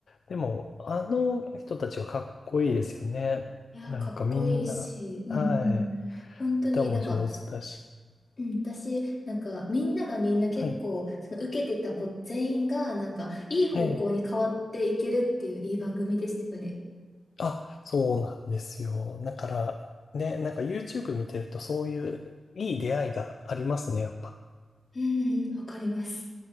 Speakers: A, on the left (about 70°); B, on the left (about 40°).
A: でも、あの人たちはかっこいいですよね。
B: いや、
A: なんかみんな、
B: かっこいいし、うん、
A: はい。
B: うん。本当になんか、
A: 歌も上手だし。
B: うん、私、なんか、みんながみんな結構、
A: はい。
B: その受けてた子全員が、なんか、いい方向に変わっていけるっていういい番組でしたよね。
A: ええ。あ、そうなんですよ。だから、ね、なんか YouTube 見てるとそういういい出会いがありますね、やっぱ。
B: うん、うんわかります。